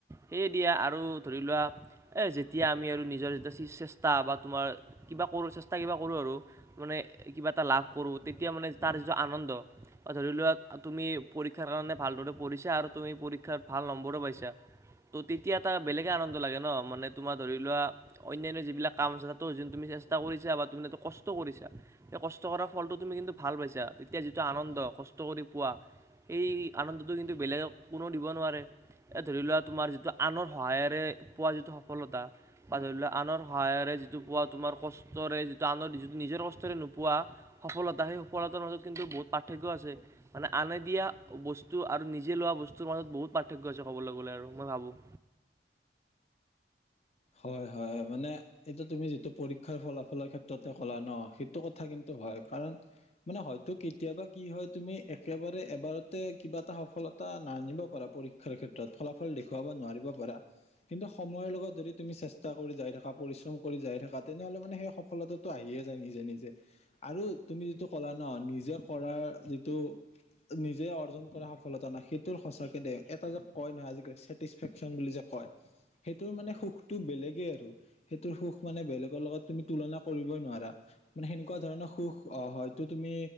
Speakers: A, on the right; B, on the left.
A: সেয়ে দিয়া আৰু ধৰি লোৱা এ, যেতিয়া আমি আৰু নিজৰ যেতিয়া চেষ্টা বা তোমাৰ কিবা কৰোঁ, চেষ্টা কিবা কৰোঁ আৰু মানে কিবা এটা লাভ কৰোঁ, তেতিয়া মানে তাৰ যিটো আনন্দ অ', ধৰি লোৱা তুমি পৰীক্ষাৰ কাৰণে ভালদৰে পঢ়িছা, আৰু তুমি পৰীক্ষাত ভাল নম্বৰো পাইছা। ত' তেতিয়া এটা বেলেগে আনন্দ লাগে ন' মানে তোমাৰ ধৰি লোৱা অন্যান্য যিবিলাক কাম আছে, তাতো যি তুমি চেষ্টা কৰিছা বা তুমি যিটো কষ্ট কৰিছা! সে কষ্ট কৰা ফলটো তুমি কিন্তু ভাল পাইছা, তেতিয়া যিটো আনন্দ কষ্ট কৰি পোৱা এই আনন্দটো কিন্তু বেলেগক কোনেও দিব নোৱাৰে। এ, ধৰি লোৱা তোমাৰ যিটো আনৰ সহায়েৰে পোৱা যিটো সফলতা বা ধৰি লোৱা আনৰ সহায়েৰে যিটো পোৱা তোমাৰ কষ্টৰে যিটো আনৰ, যিটো নিজৰ কষ্টৰে নোপোৱা সফলতা, সেই সফলতাৰ মাজত কিন্তু বহুত পাৰ্থক্য আছে। মানে আনে দিয়া বস্তু আৰু নিজে লোৱা বস্তুৰ মাজত বহুত পাৰ্থক্য আছে, ক'বলৈ গ'লে আৰু মই ভাবোঁ।
B: হয়, হয়, মানে এইটো তুমি যিটো পৰীক্ষাৰ ফলাফলৰ ক্ষেত্ৰতে ক'লা ন' সেইটো কথা কিন্তু হয়, কাৰণ মানে হয়তো কেতিয়াবা কি হয়, তুমি একেবাৰে এবাৰতে কিবা এটা সফলতা নানিব পাৰা পৰী ক্ষাৰ, ক্ষেত্ৰত ফলাফল দেখুৱাব নোৱাৰিব পাৰা, কিন্তু সময়ৰ লগত যদি তুমি চেষ্টা কৰি যাই থাকা, পৰিশ্ৰম কৰি যাই থাকা, তেনেহ'লে মানে সেই সফলতাটো আহিয়ে যায় নিজে, নিজে। আৰু তুমি যিটো ক'লা ন' নিজে কৰাৰ যিটো নিজে অৰ্জন কৰা সফলতা ন' সেইটোৰ সঁচাকে দে এটা যে কয় নহয়, আজিকালি চেট টিছফেকশ্বন বুলি যে কয়, সেইটোৰ মানে সুখ টো, বেলেগে আৰু সেইটোৰ সুখ মানে বেলেগৰ লগত তুমি তুলনা কৰিবই নোৱাৰা। মানে সেনেকুৱা ধৰণৰ সুখ অ', হয়তো তুমি